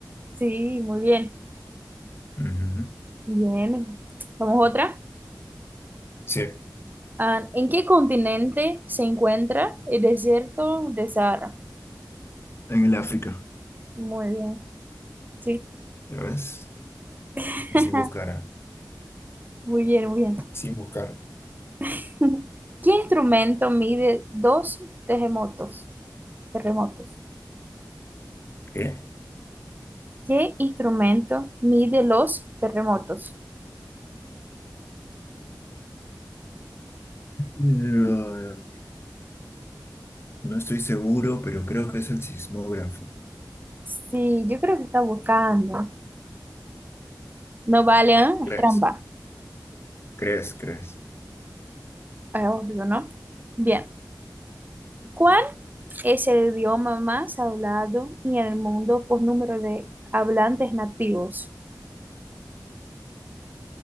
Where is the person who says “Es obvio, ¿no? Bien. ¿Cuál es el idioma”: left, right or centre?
Right